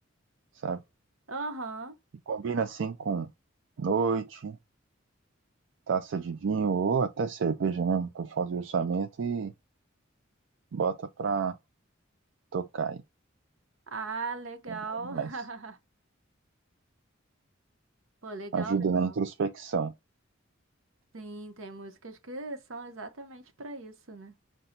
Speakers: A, on the right; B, on the right.
A: sabe?
B: Aham.
A: E combina assim com noite, taça de vinho ou até cerveja, né? Por fazer orçamento e bota pra tocar aí.
B: Ah, legal.
A: É bom demais.
B: <laughs> Pô, legal,
A: Ajuda
B: legal.
A: na introspecção.
B: Sim, tem músicas que são exatamente pra isso, né?